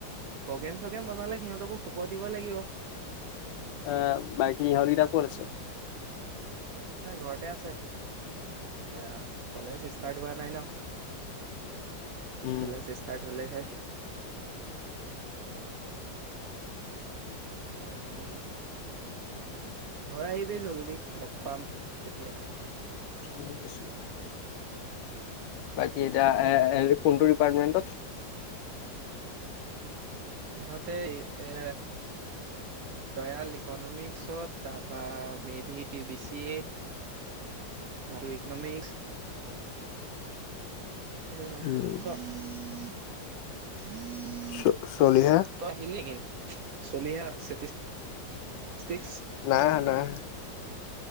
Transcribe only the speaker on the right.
প্ৰগ্ৰেম চগ্ৰেম বনালে সিহঁতকো খবৰ দিব লাগিব।
সিহঁত কেইটা ঘৰতে আছে এয়া কলেজ- ষ্টাৰ্ট হোৱা নাই ন
কলেজ ষ্টাৰ্ট হ'লেহে- বাকী ঘৰ আহিবি জলধি লগ পাম তেতিয়া।
ইহঁতে এই এ ৰয়েল ইকনমিক্সত তাৰপৰা মেধি বি চি এ। <inaudible> এই
<unintelligible>
ত' আহিলি <unintelligible> চলিহা <unintelligible>